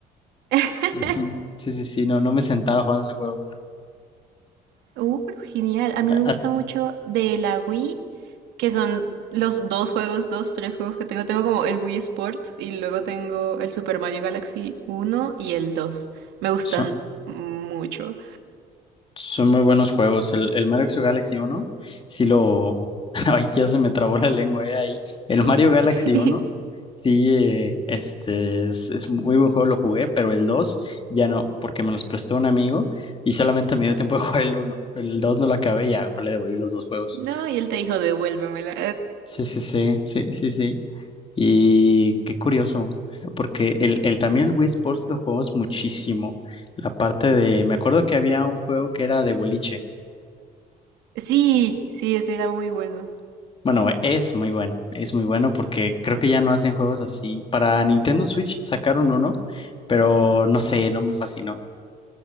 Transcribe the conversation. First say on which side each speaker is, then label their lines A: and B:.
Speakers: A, on the right; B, on the left.
A: <laughs>
B: Ujú. Sí, sí, sí, no, no me sentaba jugando ese juego.
A: Uh, pero genial. A mí
B: A-
A: me gusta
B: a-
A: mucho de la Wii, que son los dos juegos, dos, tres juegos que tengo. Tengo como el Wii Sports y luego tengo el Super Mario Galaxy uno y el dos, Me gustan
B: so-
A: mucho.
B: Son muy buenos juegos. El, el Mario Galaxy uno sí lo... <laughs> Ay, ya se me trabó la lengua eh, ahí. El Mario Galaxy
A: <laughs>
B: uno sí, eh, este es, es muy buen juego, lo jugué, pero el 2 ya no, porque me los prestó un amigo y solamente me dio tiempo de jugar el uno El 2 no lo acabé ya mejor le devolví los dos juegos.
A: No, y él te dijo, devuélvemela.
B: Sí, sí, sí, sí,
A: <laughs>
B: sí, sí. Y qué curioso, porque el, el- también el Wii Sports lo jugamos muchísimo. La parte de, me acuerdo que había un juego que era de boliche,
A: Sí, sí, ese era muy bueno.
B: Bueno, es muy bueno, es muy bueno porque creo que ya no hacen juegos así. Para Nintendo Switch sacaron uno, pero no sé, no me fascinó.